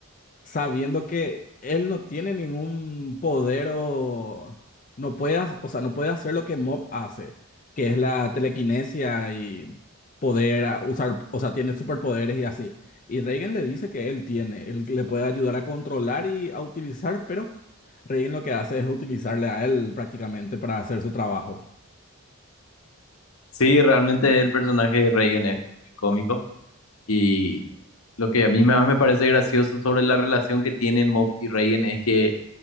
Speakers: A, on the left (about 35°); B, on the left (about 75°).
A: sabiendo que él no tiene ningún poder o no puede, ha- o sea, no puede hacer lo que Mob hace, que es la telequinesia y poder ah, usar, o sea, tiene superpoderes y así. Y Reigen le dice que él tiene, él le puede ayudar a controlar y a utilizar, pero Reigen lo que hace es utilizarle a él prácticamente para hacer su trabajo.
B: Sí, realmente el personaje de Reagan es muy cómico. Y lo que a mí más me parece gracioso sobre la relación que tienen Mob y Reagan es que